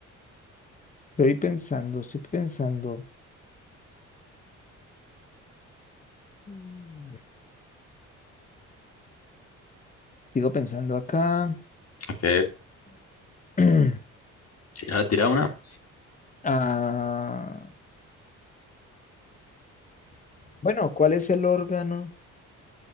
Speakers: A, on the left (about 25°); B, on the left (about 55°).
A: Estoy pensando, estoy pensando. Mm. Sigo pensando acá.
B: Ok,
A: <clears throat>
B: ahora tira una.
A: Ah, Bueno, ¿cuál es el órgano?